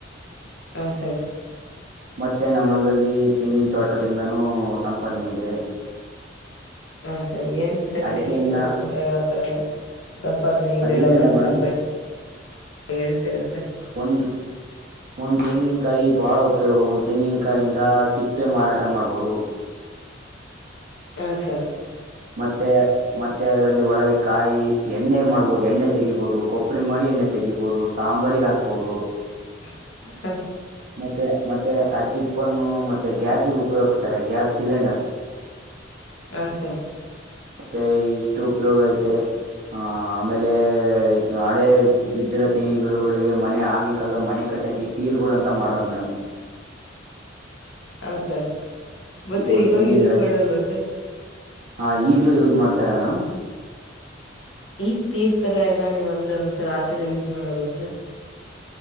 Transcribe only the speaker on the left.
ಹ ಸರ್.
ಹಾ ಸರಿ ಏನ್ ಸರ್
ತೆಂಗಿನ ತೋಟದಿಂದ ಯಾವ್ತರ ಸಂಪಾದನೆ ಇದೆ
ಅದೊಂದ
ಸ್ವಲ್ಪ. ಹೇಳ್ತೀರಾ ಸರ್.
ಹಾ ಸರ್.
<inaudible>
ಹ ಸರ್.
ಹೌದ್ ಸರ್. ಮತ್ತೆ
ಇವಾಗ್
ಯೂಸ್
ಮಾಡಲ್ವಾ ಸರ್.
ಈಗ್ ತೀರ್ತರ ಎಲ್ಲ ನೀವು ಅಂದ್ರಲ್ಲ ಸರ್ ಆತರ ಯೂಸ್ ಮಾಡಲ್ವ ಸರ್.